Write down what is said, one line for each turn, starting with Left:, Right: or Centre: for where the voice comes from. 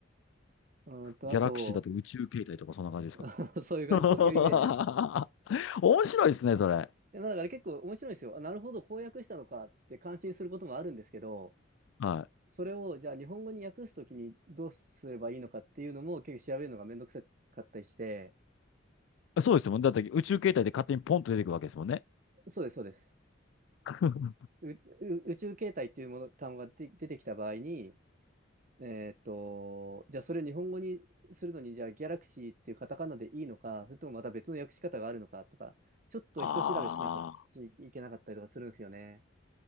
Right: うーんと、
Left: ギャラクシーだと宇宙形態とかそんな感じですか
Right: あと、<laughs> そういう感じ、
Left: <laughs>
Right: そういうイメージです。
Left: 面白いですね、それ。
Right: いやだから結構面白いんですよ。あ、なるほど、こう訳したのかって感心することもあるんですけど、
Left: は
Right: それをじゃあ日本語に訳すときにどうすればいいのかっていうのも結構調べるのがめんどくさかったりして、
Left: い。そうですよ。だって宇宙形態で勝手にポンと出てくるわけですもんね。
Right: そうです、そうです。
Left: <laughs>
Right: う、う宇宙形態っていうもの、単語がで出てきた場合に、えーっと、じゃあそれを日本語にするのに、じゃあギャラクシーっていうカタカナでいいのか、それともまた別の訳し方があるのかとか、ちょっと人調べしなかっいいけなかったりとかするんですよね。
Left: ああ。